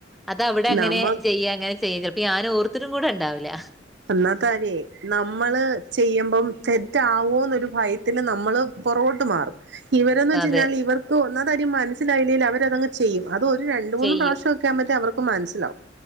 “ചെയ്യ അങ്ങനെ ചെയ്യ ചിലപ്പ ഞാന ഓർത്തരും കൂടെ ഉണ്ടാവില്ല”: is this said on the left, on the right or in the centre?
Centre